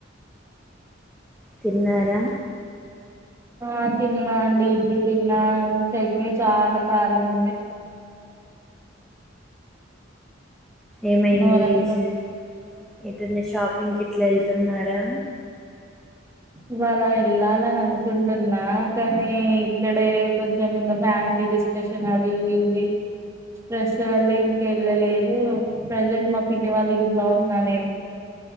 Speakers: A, in the centre; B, on the right.
A: తిన్నారా.
B: ఆ తిన్నా అండి ఇడ్లీ తిన్నా చట్నీ చాల కారం ఉంది.
A: ఏమైందీ
B: నోరంతా
A: సి. ఎదైన షాపింగ్ కిట్లా ఎళ్తున్నారా.
B: ఇవాళ ఎళ్ళాలని అనుకుంటున్నా కానీ ఇక్కడే కొంచెం ఇంక ఫ్యామిలీ డిస్కషన్ అది ఇది స్ట్రెస్ వల్ల ఇంక ఎళ్ళలేదు ప్రజెంట్ మా పిన్ని వాళ్ళ ఇంట్లో ఉన్నా నేను.